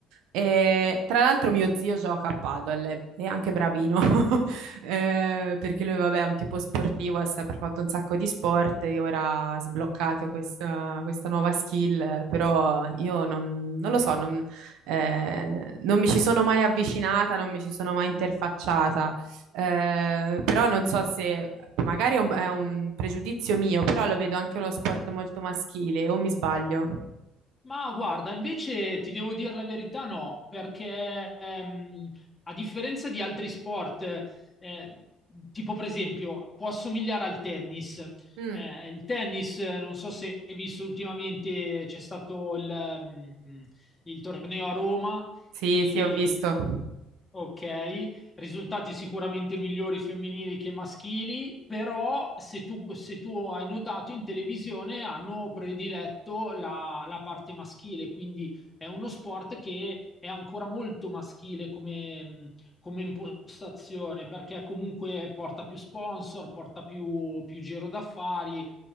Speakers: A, on the right; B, on the left.
A: E, tra l'altro, mio zio gioca a padel, è, è anche bravino, <laughs> Eh, perché lui, vabbè, è un tipo sportivo, ha sempre fatto un sacco di sport e ora ha sbloccato questa, questa nuova skill. eh, Però io non, non lo so, non, eh, non mi ci sono mai avvicinata, non mi ci sono mai interfacciata. Eh, però non so se magari è un, è un pregiudizio mio, però lo vedo anche uno sport molto maschile, o mi sbaglio?
B: Ma guarda, invece ti devo dire la verità, no, perché ehm, a differenza di altri sport, eh, tipo per esempio, può assomigliare al tennis.
A: Mm.
B: Eh, il tennis, eh, non so se hai visto ultimamente, c'è stato il, ehm, il torneo a Roma
A: Sì,
B: e...
A: sì, ho visto.
B: Ok, risultati sicuramente migliori femminili che maschili, però se tu, se tu hai notato in televisione hanno prediletto la, la parte maschile, quindi è uno sport che è ancora molto maschile come, come impostazione, perché comunque porta più sponsor, porta più, più giro d'affari,